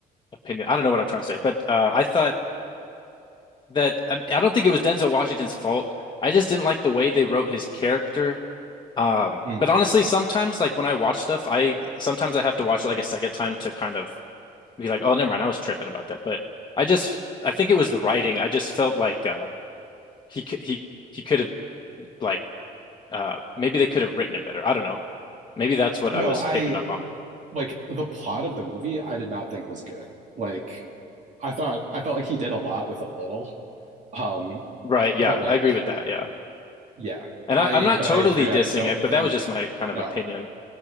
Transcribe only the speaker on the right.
Mm.
no,
I
like the plot of the movie. I did not think was good. Like I thought, I felt like he did a lot with a little. Um,
but like
Yeah.
I
but
I agree.
I don't
think
no.